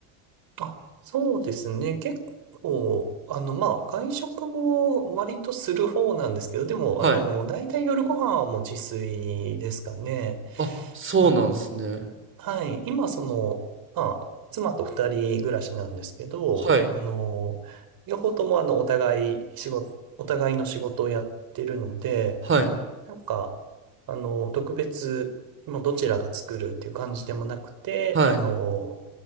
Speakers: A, on the right (about 50°); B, on the right (about 30°).
A: あ、そうですね。結構、あの、まあ、外食も割とする方なんですけど、でも、
B: はい。
A: あの、大体夜ご飯はもう自炊ですかね。
B: あ、そうなんですね。
A: あの、はい。今、その、まあ、妻と二人暮らしなんですけど、
B: はい。
A: あの、両方とも、あの、お互い仕事、お互いの仕事をやってるので、
B: はい。
A: なんか、あの、特別、もうどちらが作るっていう感じでもなくて、
B: はい。
A: あの、